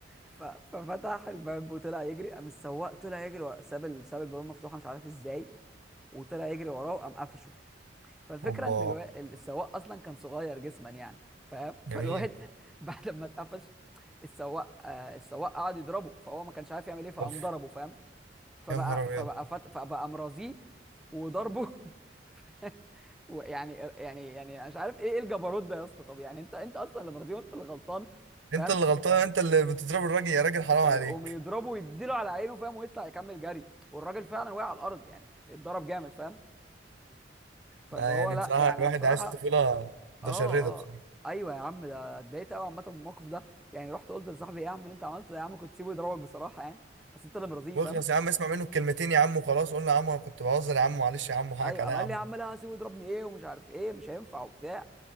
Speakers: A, in the centre; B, on the right.
A: ف... ففتح الباب وطلع يجري قام السواق طلع يجري ورا- ساب ال... ساب الباب مفتوحة مش عارف ازاي وطلع يجري وراه وقام قفشه فالفكره
B: <laughs> اوبا
A: ان الوا... السواق اصلا كان صغير جسما يعني فاهم
B: جميل
A: فالواد <laughs> بعد ما اتقفش السواق آه السواق قعد يضربه فهو ما كانش عارف يعمل ايه فقام
B: اوف
A: ضربه فاهم فبقى
B: يا نهار ابيض
A: فبقى فت... فبقى مرازيه وضربه <laughs> فاهم؟ ويعني يعني يعني أنا مش عارف ايه إيه الجبروت ده يا اسطى طب يعني انت انت اصلا اللي مرازيه وانت اللي غلطان فاهم
B: انت اللي غلطان انت اللي بتضرب الراجل يا راجل حرام
A: فيقوم
B: عليك
A: يضربه ويديله على عينه فاهم ويطلع يكمل جري والراجل فعلا وقع على الارض يعني اتضرب جامد فاهم فاللي
B: لا
A: هو
B: يعني
A: لا
B: بصراحه
A: يعني انا
B: الواحد
A: بصراحه
B: عايش طفوله
A: اه
B: متشرده بصراحه
A: اه ايوه يا عم ده اتضايقت قوي عامه من الموقف ده يعني رحت قلت لصاحبي ايه يا عم اللي انت عملته ده يا عم كنت سيبه يضربك بصراحه يعني اصل انت اللي مرضيه
B: واخلص
A: فاهم
B: يا عم اسمع منه الكلمتين يا عم وخلاص قول له يا عم انا كنت بهزر يا عم معلش يا عم حقك
A: ايوه
B: عليا
A: قام
B: يا
A: قال
B: عم
A: لي يا عم لا سيبه يضربني ايه ومش عارف ايه مش هينفع وبتاع